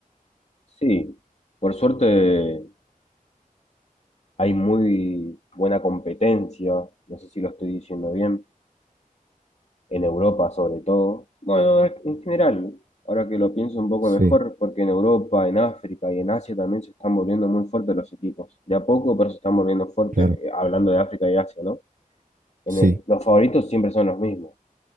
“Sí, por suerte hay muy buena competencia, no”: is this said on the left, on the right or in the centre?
Left